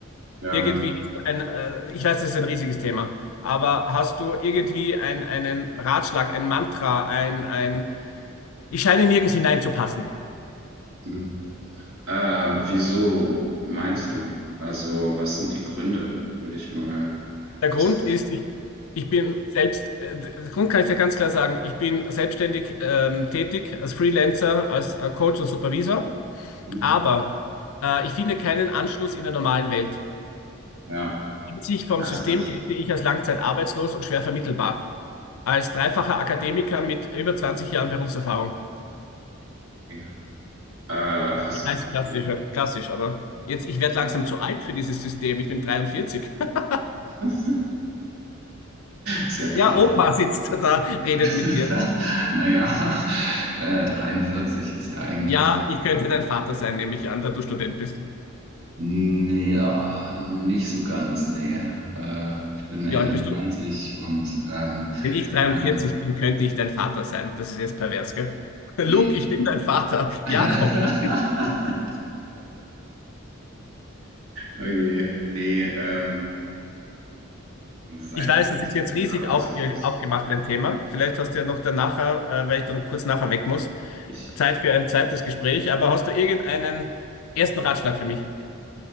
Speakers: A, on the right (about 75°); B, on the left (about 85°).
A: Ja.
B: Irgendwie hast du ein, äh, ich weiß, das ist ein riesiges Thema, aber hast du irgendwie ein, einen Ratschlag, ein Mantra, ein, ein, ich scheine nirgends hineinzupassen.
A: Mhm. Ah, wieso meinst du? Also, was sind die Gründe, würde ich mal
B: Der
A: als
B: Grund
A: erstes.
B: ist, ich, ich bin selbst, äh, der Grund kann ich ja ganz klar sagen, ich bin selbstständig ähm, tätig als Freelancer, als äh, Coach und Supervisor,
A: Hm?
B: aber äh, ich finde keinen Anschluss in der normalen Welt.
A: Ja,
B: An sich vom
A: heißt
B: System
A: das.
B: gelte ich als langzeitarbeitslos und schwer vermittelbar, als dreifacher Akademiker mit über 20 Jahren Berufserfahrung.
A: Okay. Äh, hast
B: Ich weiß,
A: du.
B: klassisch, ja, klassisch, aber jetzt, ich werde
A: Ähm,
B: langsam zu alt für dieses System, ich bin 43. <laughs>
A: <laughs> sehr krass.
B: Ja, Opa sitzt da,
A: <laughs>
B: redet mit dir.
A: Naja, äh, 43 ist ja eigentlich.
B: Ja, ich könnte
A: ähm,
B: dein Vater sein, nehme ich an, da du Student bist.
A: Nee, Ja, nicht so ganz, nee. Äh, ich bin Ende
B: Wie alt bist
A: 20
B: du?
A: und ähm,
B: Wenn ich 43
A: dann.
B: bin, könnte ich dein Vater sein. Das ist jetzt pervers, gell? <laughs> Luke,
A: Nee.
B: ich bin dein Vater.
A: <laughs>
B: Jakob.
A: Oh je. Nee, ähm, seit
B: Ich weiß,
A: wann
B: das
A: bist
B: ist jetzt
A: du denn
B: riesig
A: arbeitslos?
B: aufge aufgemacht, ein Thema. Vielleicht hast du ja noch danach, äh, weil ich dann kurz nachher weg muss,
A: Ich.
B: Zeit für ein zweites Gespräch. Aber hast du irgendeinen ersten Ratschlag für mich?